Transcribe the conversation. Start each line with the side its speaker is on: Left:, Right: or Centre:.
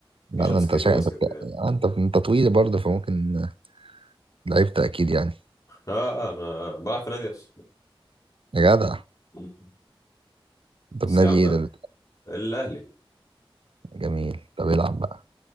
Right: لا
Left: مش
Right: ده
Left: عسكتي
Right: انت شا...
Left: باسكت
Right: انت بت-
Left: يعني
Right: آه، انت انت طويل برضه فممكن لعبت اكيد يعني
Left: اه انا بلعب في نادي اصلا
Right: يا جدع
Left: مم.
Right: انت
Left: بس
Right: بنادي
Left: يا عم
Right: ايه ده
Left: الاهلي
Right: جميل طب العب بقى